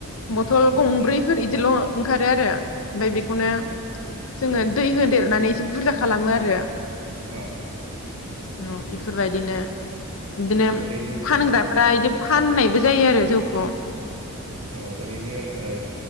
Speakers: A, on the left; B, on the right.
A: बथल
B: उम
A: गंब्रैफोर इदिल ओंखारो आरो। ओमफाय बेखौनो
B: उम
A: जोङो दै होदेरनानै एसे बुरजा खालामो आरो।
B: औ
A: औ इफोरबायदिनो इदिनो
B: ओरैनो
A: फानग्राफ्रा
B: औ
A: इदि फाननायबो जायो आरो जौखौ।
B: औ ओरैनो ओ